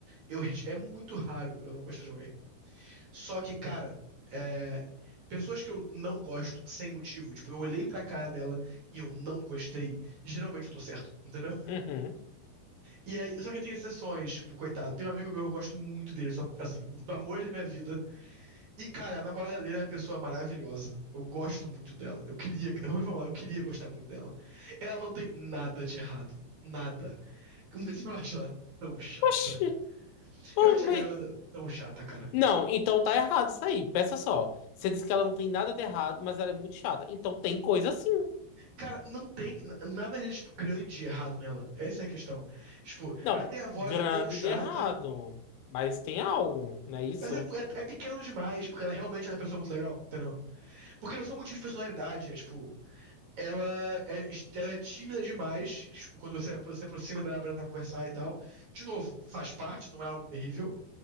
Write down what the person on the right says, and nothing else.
Eu, <laughs> é muito raro eu não gostar de alguém. Só que, cara, é, pessoas que eu não gosto sem motivo, tipo, eu olhei pra cara dela e eu não gostei, geralmente eu tô certo, entendeu?
E aí, só que tem exceções, tipo, coitado. Tem um amigo meu que eu gosto muito dele, só, assim, do amor da minha vida. E, cara, a namorada dele é uma pessoa maravilhosa. Eu gosto muito dela. Eu queria, <laughs> eu vou falar, eu queria gostar muito dela. Ela não tem nada de errado. Nada. Mas eu acho ela tão chata.
Eu acho a
garota tão chata, cara.
Cara, não tem n- nada de, tipo, grande e errado nela. Essa é a questão. Tipo,
ela tem a voz
um pouco chata,
mas é, mu- é, é pequeno demais, porque ela realmente é uma pessoa muito legal, entendeu? Porque não são motivos de personalidade, é tipo. ela é, ela é tímida demais, tipo, quando você apro- se aproxima dela pra tentar conversar e tal. De novo, faz parte, não é algo terrível.